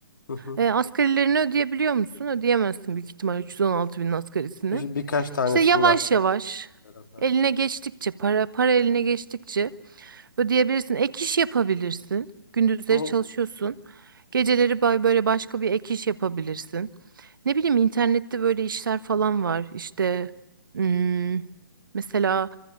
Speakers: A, on the left; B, on the right.
A: Hı hı.
B: E, asgarilerini ödeyebiliyor musun? Ödeyemezsin büyük ihtimal 316 binin asgarisini.
A: İşte Birkaç tanesinin
B: İşte yavaş
A: astarasını
B: yavaş
A: biliyorum. Hı.
B: eline geçtikçe para para eline geçtikçe Ödeyebilirsin. Ek iş yapabilirsin. Gündüzleri
A: Ne? Hı
B: çalışıyorsun.
A: hı.
B: Geceleri bay- böyle başka bir ek iş yapabilirsin. Ne bileyim internette böyle işler falan var. İşte hmm, mesela